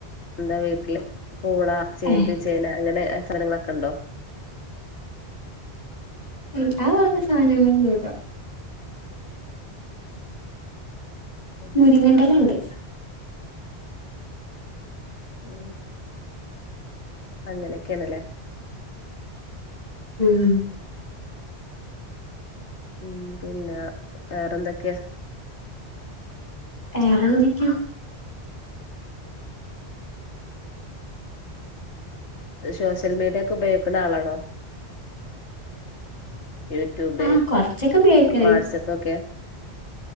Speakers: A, on the left; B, on the left.
A: എന്താ വീട്ടിലും പൂള ചേമ്പ്
B: ഏഹ്
A: ചേന അങ്ങനെ സാനങ്ങളൊക്കെ ഇണ്ടോ
B: ഉം ആ വക സാനങ്ങളൊന്നും ഇല്ല
A: ഉം
B: മുരിങ്ങന്റെ ഇല ഇണ്ട്
A: ഉം അങ്ങനൊക്കെയാണ് അല്ലേ
B: ഉം
A: ഉം പിന്നാ വേറെന്തൊക്കെ
B: വേറെന്തൊക്കെയാ
A: ഷോഷ്യൽ മീഡിയൊക്കെ ഉപയോഗ ക്കണ ആളാണോ യൂട്യൂബ്
B: ആഹ് കൊറച്ചൊക്കെ ഉപയോഗിക്കലുണ്ട്
A: വാട്സ്ആപ്പ് ഒക്കെ